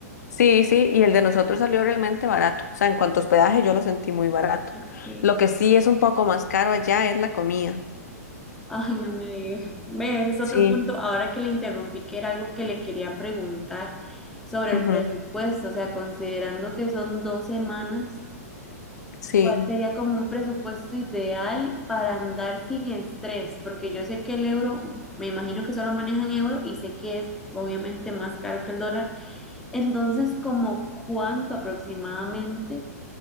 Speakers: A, on the left; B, in the centre.
A: sí, sí, y el de nosotros salió realmente barato. O sea, en cuanto a hospedaje, yo lo sentí muy barato.
B: Ok.
A: Lo que sí es un poco más caro allá es la comida.
B: Ay, no me digas. Ve, ese es otro
A: Sí.
B: punto. Ahora que le interrumpí, que era algo que le quería preguntar sobre el
A: Ujú,
B: presupuesto. O sea, considerando que son dos semanas,
A: Sí,
B: ¿cuál sería como un presupuesto ideal para andar sin estrés? Porque yo sé que el euro, me imagino que solo manejan euro y sé que es obviamente más caro que el dólar. Entonces, ¿como cuánto aproximadamente?